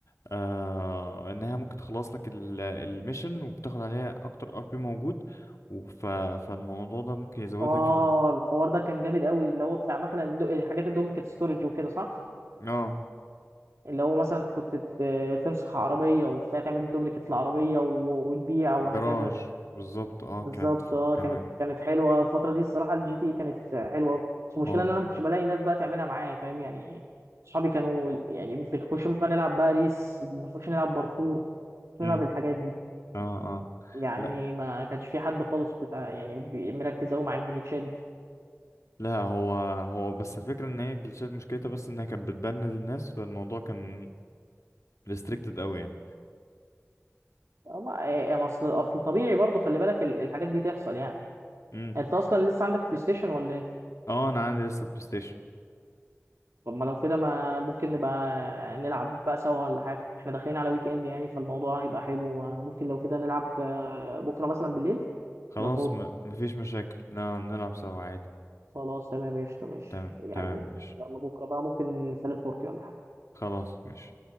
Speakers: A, on the left; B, on the right.
A: آه انها ممكن تخلص لك ال- الميشن وبتاخد عليها اكتر ار بي موجود وف... فالموضوع ده ممكن يزود
B: اه
A: لك ال
B: الحوار ده كان جامد قوي اللي هو بتاع مثلا الدو- حاجات الدوبليكيت ستورج وكده صح
A: اه
B: اللي هو مثلا كنت ت- تنسخ عربيه وبتاع تعمل دوبليكيت العربيه وتبيع وهكذا
A: الجراج بالظبط اه
B: بالظبط
A: كانت
B: اه
A: كان
B: كانت كانت حلوه الفتره دي الصراحه الجي تي كانت حلوه قوي بس المشكله
A: ما هو
B: ان انا ما كنتش بلاقي ناس بقى تعملها معايا فاهم يعني اصحابي كانوا يعني بنخش بقى نلعب بقى ريس بنخش نلعب باركور
A: امم
B: نلعب الحاجات دي
A: اه اه
B: يعني
A: لا
B: ما كانش في حد خالص بتاع يعني بي- مركز قوي مع الجليتشات
A: لا هو هو بس الفكرة ان هي الجلitchات مشكلتها بس انها كانت بتبند الناس فالموضوع كان ريستريكتد قوي يعني
B: ما إيه، ما اصل اصل طبيعي برضو خلي بالك ال- الحاجات دي تحصل يعني
A: امم
B: انت اصلا لسه عندك بلاي ستيشن ولا ايه
A: اه انا عندي لسه بلاي ستيشن
B: طب ما لو كده ما ممكن نبقى نلعب بقى سوا ولا حاجه احنا داخلين على ويك اند يعني فالموضوع هيبقى حلو ممكن لو كده نلعب آه، بكره مثلا بالليل
A: خلاص
B: لو فاضي
A: ما... مفيش مشاكل ن- نلعب سوا عادي
B: خلاص تمام قشطه ماشي
A: تمام
B: يعني
A: تمام ماشي
B: يلا بكره بقى ممكن نتكلم فورتي ولا حاجه
A: خلاص ماشي